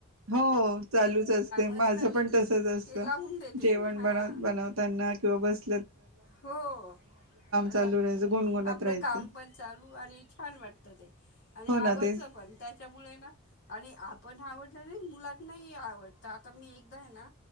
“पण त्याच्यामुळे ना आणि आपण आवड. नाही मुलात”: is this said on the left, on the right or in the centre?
Left